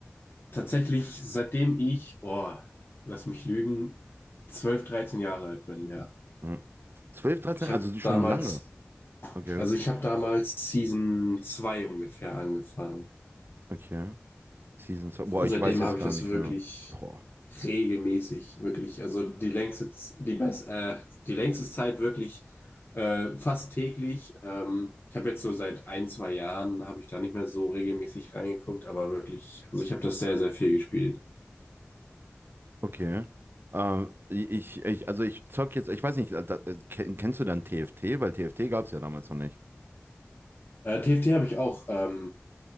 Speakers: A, on the left; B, on the right.
A: Tatsächlich, seitdem ich, oh, lass mich lügen, 12 13 Jahre alt bin, ja.
B: Mhm. 12, 13,
A: Ich
B: also
A: habe
B: schon
A: damals,
B: lange. Okay,
A: also ich habe damals Season 2 ungefähr angefangen.
B: okay. Season zwei boah,
A: Und
B: ich
A: seitdem
B: weiß jetzt
A: habe
B: gar
A: ich das
B: nicht
A: wirklich
B: mehr. Boah,
A: regelmäßig, wirklich. Also die längste, Z- die best, äh, die längste Zeit wirklich äh, fast täglich. Ähm, ich habe jetzt so seit ein, zwei Jahren habe ich da nicht mehr so regelmäßig reingeguckt, aber wirklich, also ich habe das sehr, sehr viel gespielt.
B: okay. Ähm, ich, ich, also ich zock jetzt, ich weiß nicht, äh, da, äh, ken- kennst du dann TFT? Weil TFT gab es ja damals noch nicht.
A: Äh, TFT habe ich auch, ähm,